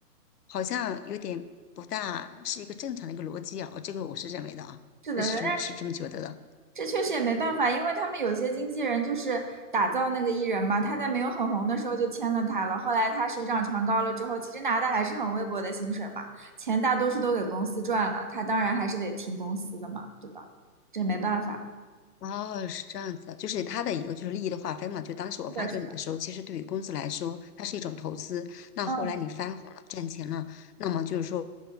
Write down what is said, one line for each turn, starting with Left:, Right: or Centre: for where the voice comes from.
Left: 好像有点不大是一个正常的一个逻辑啊，这个我是认为的啊，
Right: 是的，
Left: 那是这么是这么觉得的。
Right: 是的这确实也没办法，因为他们有些经纪人就是打造那个艺人嘛，他在没有很红的时候就签了他了，后来他水涨船高了之后，其实拿的还是很微薄的薪水嘛，钱大多数都给公司赚了，他当然还是得听公司的嘛，对吧？这没办法。
Left: 哦，是这样子的，就是它的一个就是利益的划分嘛。就当时我发掘你的时候，
Right: 是的，是的
Left: 其实对于公司来说，它是一种投资。那后来你翻红了，
Right: 嗯
Left: 赚钱了，那么就是说，